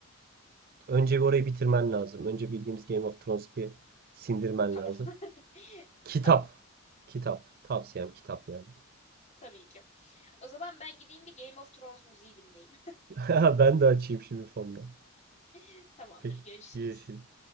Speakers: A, on the right; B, on the left.
A: Önce bir orayı bitirmen lazım. Önce bildiğimiz Game of Thrones'u bir sindirmen
B: Tamam.
A: lazım.
B: <laughs>
A: Kitap.
B: Tamam,
A: Kitap. Tavsiyem kitap yani.
B: tabii ki. O zaman ben gideyim bir Game of Thrones müziği dinleyeyim.
A: <laughs> Ben de açayım şimdi fondan.
B: <laughs> Tamamdır,
A: Peki.
B: görüşürüz.
A: Görüşürüz.